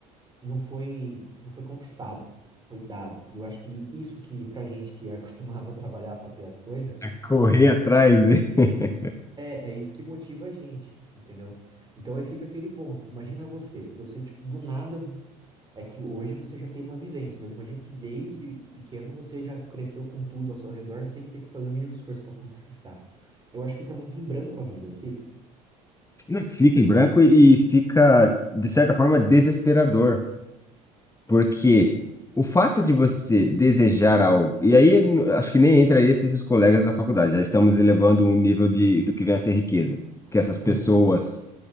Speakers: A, on the right; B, on the left.
A: não foi, não foi conquistado, foi dado. E eu acho que isso que pra gente que é acostumado a trabalhar para ter as coisas,
B: correr atrás, <laughs>
A: É, é isso que motiva a gente, entendeu? Então aí fica aquele ponto. Imagina você, se você, tipo, do nada. É que hoje você já tem uma vivência, mas imagina que desde pequeno você já cresceu com tudo ao seu redor sem ter que fazer o mínimo esforço para conquistar. Eu acho que fica muito em branco a vida, não fica?
B: não, fica em branco e fica, de certa forma, desesperador, porque o fato de você desejar algo, e aí n- acho que nem entra esses seus colegas da faculdade, já estamos elevando um nível de, do que vem a ser riqueza, porque essas pessoas
A: Uhum,